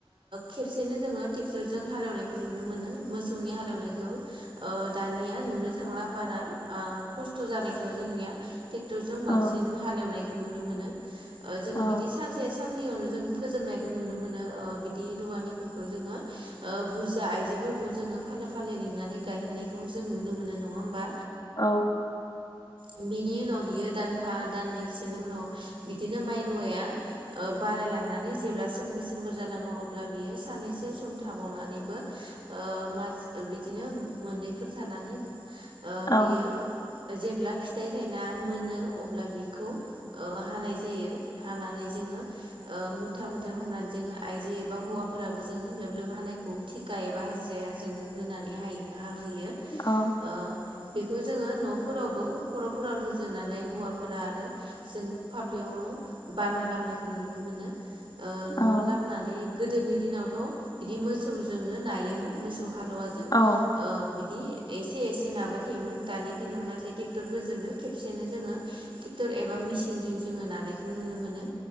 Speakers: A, on the right; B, on the left.
A: खेबसेनो जोङो ट्रेक्टरजों हालेवनायखौ नुनो मोनो। मोसौनि हालेवनायखौ दानिया नुनो थांला बारा खस्थ' खस्थ' जानायखौ जोंनिया ट्रेक्टरजों बांसिन
B: औ
A: हालेवनायखौ नुनो मोनो। ओ जोङो
B: औ
A: बिदि सानसे साननैयावनो जों फोजोबनायखौ नुनो मोनो बिदि रुवानिफोरखौ जोङो बुरजा आइजोफोरखौ जोङो फालो फालो लिंनानै गायहोनायखौ जों नुनो मोनो नङा होमबा।
B: औ
A: बेनि नि उनाव बियो दानफा दाननैसोनि उनाव बिदिनो माइ रुवाया बारायलांनानै जेब्ला सोमखोर सोमबोर जालाङो अब्ला बियो सानैनैसो सम थाबावनानैबो ओ मास बिदिनो मोननैफोर थानानै ओ
B: औ
A: बियो जेब्ला फिथाइ थायना मोनो अब्ला बिखौ ओ हानाय जायो हानानै जों ओ मुथा मुथा हानानै जोङो आइजो एबा हौवाफोराबो जोङो लोब लोब हानायखौ थिखा एबा एबा हाजिराया जोङो होनानै हायो हाहोयो
B: औ।
A: ओ बेखौ जोङो न' फोरावबो खर'फोराव रुजुननानै हौवाफोरा आरो जों पाप्लिआवनो बानना लाबो नायखौ नुनो मोनो। ओ
B: औ
A: न'आव लाबोनानै गोदोनि दिनावथ' बिदि मोसौजोंनो नायोमोन मोसौ हालुवाजों
B: औ
A: ओ बिदि एसे एसे नाबाय थायोमोन दानि दिनाव नाथाय ट्रेक्टरफोरजोंनो खेबसेनो जोङो ट्रेक्टर एबा मिसिनजों जोङो नानायखौ नुनो मोनो।